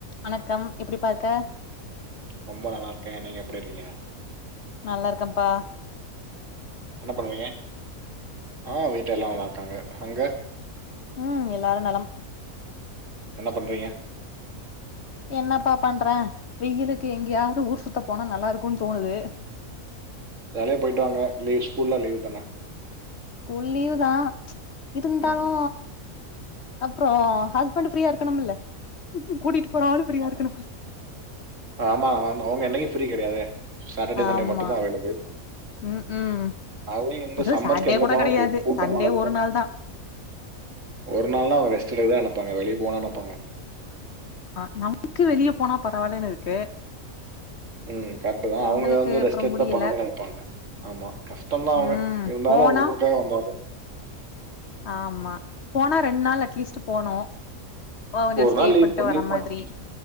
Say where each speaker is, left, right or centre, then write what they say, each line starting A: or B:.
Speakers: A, on the left; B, on the right.
A: வணக்கம் எப்டிப்பாருக்க
B: ரொம்ப நல்லாருக்கே நீங்க எப்டிருக்கீங்க
A: நல்லாருக்கப்பா
B: என்ன பண்ணுவீங்க ஆ வீட்டு எல்லா நல்லாருக்காங்க அங்க
A: ம் எல்லாரு நலம்
B: என்ன பண்றீங்க
A: என்னப்பா பண்றே வெயிலுக்கு எங்யாது ஊர் சுத்த போனா நல்லாருக்குன் தோணுது <inaudible>
B: ஜாலியா போயிட்டு வாங்க லீவ் ஸ்கூல்லா லீவ் தான
A: ஸ்கூல் லீவ் தா இருந்தாலு
B: ம்.
A: அப்றோ ஹஸ்பண்டு ஃப்ரீயா இருக்குணும்ல கூட்டிட்டு போற ஆளு ஃப்ரீயா
B: ஆமா
A: இருக்கணும்ல
B: ஆ ஆமா <unintelligible> அன்னைக்கு ஃப்ரீ கெடையாதே சாட்டர்டே சண்டே
A: ஆமா
B: மட்டுதா அவைலபுள்
A: ம் ம்
B: அது இந்த
A: அதுவு
B: சம்மருக்கு
A: சாட்டர்டே
B: எங்க
A: கூட
B: போனாலு
A: கெடையாது
B: கூ கூட்டமாருக்
A: சண்டே ஒரு நாள் தா
B: ஒரு நாள்னா அவங்க ரெஸ்ட் எடுக்கதா நெனைப்பாங்க வெளிய போன்னா நெனைப்பாங்க
A: ஆ நமக் வெளிய போனா பரவாலனு இருக்கு
B: ம் கரெக்ட் தா
A: அவங்களுக்கு
B: அவங்க வந்து ரெஸ்ட்
A: அப்றோ
B: எடுத்தா
A: முடியல
B: பரவால நெனைப்பாங்க ஆமா கஷ்டோ தா அவங்க
A: ம்
B: இருந்தா
A: போனா
B: <unintelligible> வந்தா ங்க
A: ஆமா போனா ரெண்டு நாள் அட்லீஸ்ட் போனு கொஞ்சோ
B: ஒரு
A: ஸ்டே
B: நாள் லீவ்
A: பண்ட்டு
B: போ
A: வர
B: நீ <unintelligible>
A: மாதிரி